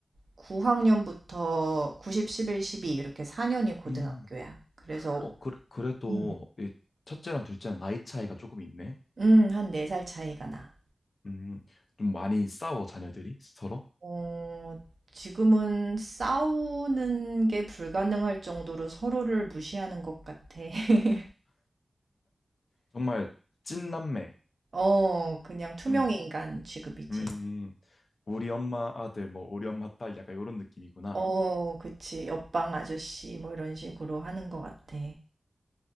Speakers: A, on the right; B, on the left.
A: 9 학년부터 90-11-12 이렇게 4 년이 고등학교야.
B: 음,
A: 그래서
B: 어, 그, 그래도
A: 음.
B: 이 첫째랑 둘째랑 나이 차이가 조금 있네.
A: 음 한 4살 차이가 나.
B: 음, 좀 많이 싸워, 자녀들이 서로.
A: 어 지금은 싸우는 게 불가능할 정도로 서로를 무시하는 것 같아. <laughs>
B: 정말 찐남매.
A: 어 그냥 투명
B: 음,
A: 인간 취급이지.
B: 음, 음. 우리 엄마 아들, 뭐, 우리 엄마 딸, 약간 이런 느낌이구나.
A: 어 그치. 옆방 아저씨 뭐 이런 식으로 하는 것 같아.